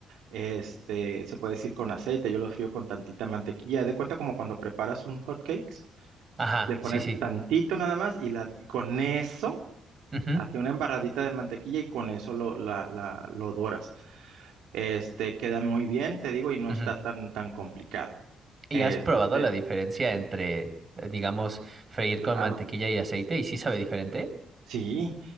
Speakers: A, on the right; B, on the right.
A: este, se puede decir con aceite, yo lo frío con tantita mantequilla. Haz de cuenta como cuando preparas un hot cakes,
B: Ajá,
A: le pones
B: sí, sí.
A: tantito nada más y la, y con eso,
B: Ujú,
A: hace una embarradita de mantequilla y con eso lo, la, la, lo doras. Este queda muy bien, te digo, y no
B: ujú.
A: está tan tan complicado.
B: ¿Y
A: Este,
B: has probado la diferencia entre, eh, digamos, freír
A: claro,
B: con mantequilla y aceite? ¿Y sí sabe diferente?
A: sí.